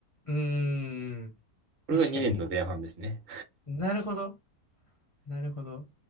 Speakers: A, on the left (about 35°); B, on the right (about 50°).
A: うん。うーん。
B: これが2年の前半ですね。
A: 確かに。なるほど。なるほど。